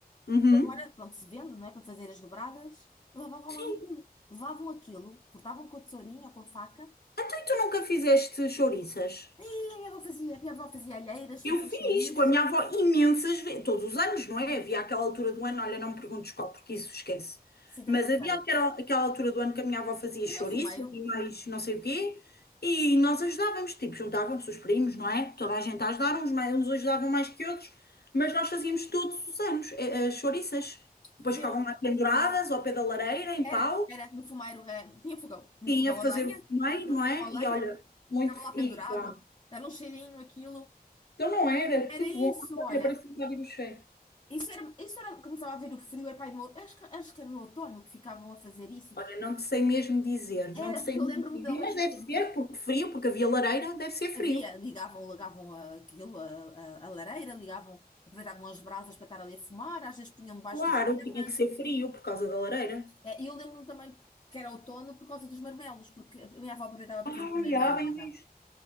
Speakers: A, on the left (about 80°); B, on the left (about 30°).
A: Uhum.
B: Agora, pronto, se vende, não é? Para fazer as dobradas, lavavam
A: Sim,
B: lá no rio. Levavam aquilo, cortavam com a tesourinha, com a faca,
A: Então, e tu nunca fizeste chouriças?
B: e a minha avó fazia, a minha avó fazia alheiras,
A: Eu
B: fazia
A: fiz
B: chouriço.
A: com a minha avó imensas vezes, todos os anos, não é? Havia aquela altura do ano, olha, não me perguntes qual, porque isso esquece.
B: Sim, também
A: Mas
B: não sei.
A: havia aquela, aquela altura do ano que a minha avó fazia
B: Fazia
A: chouriças
B: o fumeiro.
A: e mais não sei o quê, e nós ajudávamos, tipo, juntavam-se os primos, não é? Toda a gente a ajudar, uns, mais, uns ajudavam mais que outros, mas nós fazíamos todos os anos eh, as chouriças. Depois
B: Faziam.
A: ficavam lá penduradas ao pé da lareira, em
B: Era,
A: pau,
B: era, no fumeiro. eh, tinha fogão. Um
A: tinha
B: fogão
A: a fazer
B: a lenha.
A: o meio,
B: Era
A: não
B: um fogão
A: é?
B: a lenha.
A: E olha, muito.
B: Ficava lá pendurado.
A: E pá.
B: Dava um cheirinho, aquilo.
A: Então não era,
B: Era
A: que
B: isso,
A: bom, olha,
B: olha.
A: parece que estava o cheiro.
B: Isso era, isso era, começava a ver o frio, era pai do meu, acho que, acho que era no outono que ficavam a fazer isso.
A: Olha, não te sei mesmo dizer, não
B: Era,
A: te sei
B: porque eu
A: mesmo
B: lembro-me
A: dizer,
B: de, ao mesmo
A: mas deve
B: tempo,
A: ser porque frio, porque havia lareira, deve ser frio.
B: havia, ligavam, ligavam aquilo, a, a, a lareira, ligavam, aproveitavam as brasas para estar ali a fumar, às vezes punham debaixo
A: Claro,
B: das pernas.
A: tinha que ser frio por causa da lareira.
B: Eh, E eu lembro-me também que era outono por causa dos marmelos, porque a minha avó aproveitava para
A: Ah,
B: fazer também
A: olha,
B: marmelada.
A: bem visto.